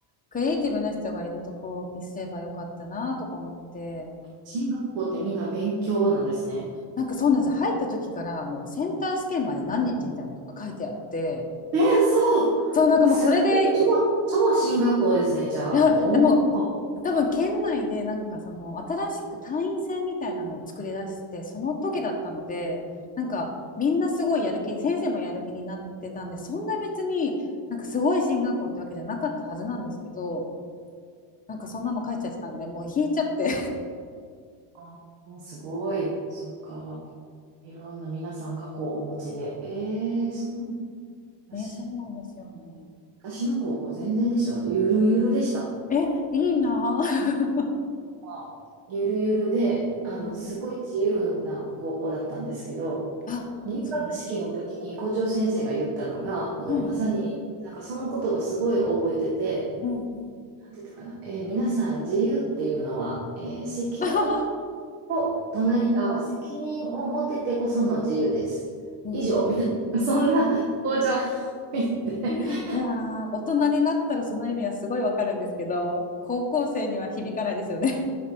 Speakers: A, on the left (about 15°); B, on the right (about 85°).
A: クリエイティブな人がいるとこにすればよかったなとか思って、
B: 進学校ってみんな勉強なんですね。
A: なんかそうなんですよ。入った時からあのセンター試験まで何日みたいなのが書いてあって、
B: え、嘘。
A: そう、なんかもうそれで
B: すごい。超、超進学校ですね、じゃあ。
A: いや、
B: おお。
A: でも、多分県内でなんかその新しく単員制みたいなのを作り出してその時だったのでなんかみんなすごいやる気に先生もやる気になってたんでそんな別になんかすごい進学校ってわけじゃなかったはずなんですけどなんかそんなの書いちゃってたんでもう引いちゃって
B: あー、すごい。そっか。いろんな皆さん過去をお持ちで。ええそうなんだ。
A: <laughs> ねそうなんですよね
B: 私、私の高校全然でした。ゆるゆるでした。
A: えいいなぁ、
B: まあ、ゆるゆるで、あの、
A: <laughs> うん、
B: すごい自由な高校だったんですけど、
A: あそ
B: 入学式の時に校長先生が言ったのが、もうまさに、
A: うはい
B: なんかその言葉すごい覚えてて、
A: うんうん
B: なんていうのかな、えー皆さん自由っていうのは、えー責任
A: <laughs>
B: と隣り合わせ、責任を持ててこその自由です。
A: うん
B: 以上、みたいな、<laughs> そんな紅茶で。
A: いや
B: <laughs>
A: ー、大人になったらその意味はすごいわかるんですけど、高校生には響かないですよね。